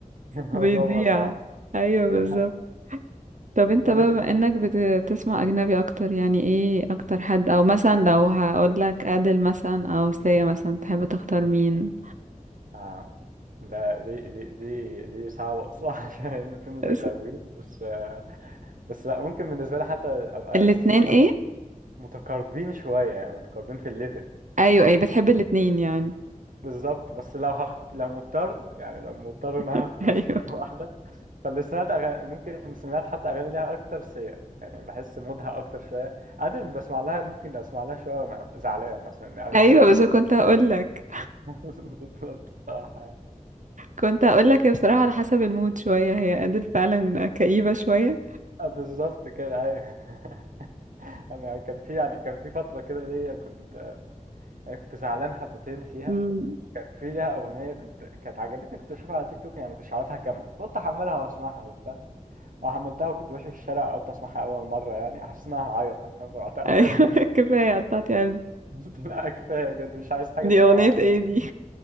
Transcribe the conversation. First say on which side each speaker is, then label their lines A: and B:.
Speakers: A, on the right; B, on the right.
A: الموضوع
B: بيضيع
A: بقى صعب
B: ايوه
A: <laughs> ده
B: بالظبط
A: حقيقي.
B: طب انت
A: طب
B: بقى بما انك بتسمع اجنبي اكتر يعني ايه اكتر حد او مثلا لو هقول لك ادل مثلا او سيا مثلا تحب تختار
A: انت
B: مين
A: اه ده دي دي دي دي صعبة صح <laughs> عشان الاتنين متقاربين
B: بس-
A: بس آه، بس لا ممكن بالنسبة لي حتى أبقى
B: الاتنين
A: س-
B: ايه
A: متقاربين شوية يعني متقاربين في الليفل
B: ايوه ايه بتحب الاتنين يعني
A: بالظبط بس لو هخت... لو مضطر يعني لو مضطر إن أنا
B: <laughs>
A: هختار
B: ايوه
A: <laughs> واحدة فاللي سمعت أغاني ممكن سمعت حتى أغاني ليها أكتر سيا يعني بحس مودها أكتر شوية عادل بسمع لها ممكن أسمع لها شوية وأنا زعلان مثلا إن أغانيها
B: ايوه
A: فيها
B: بس كنت هقول لك
A: <laughs> بالظبط الصراحة
B: كنت هقول لك هي بصراحة على حسب المود شوية هي ادل فعلا كئيبة شوية
A: آه، بالظبط كده أيوه <laughs> انا كان في يعني كان في فتره كده ليا كنت يعني كنت زعلان حبتين فيها
B: امم
A: وكان في ليها اغنيه كنت كانت عجبتني كنت اشوفها على تيك توك يعني ما كنتش عارفها كامله قلت احملها واسمعها وبتاع وحملتها وكنت ماشي في الشارع قلت اسمعها اول مره يعني حسيت انها هعيط حرفيا فرحت اقفلها
B: ايوه <laughs> كفاية قطعتي قلبي
A: <laughs> لا كفايه بجد مش عايز حاجه
B: دي
A: تبقى
B: اغنية
A: يعني
B: ايه دي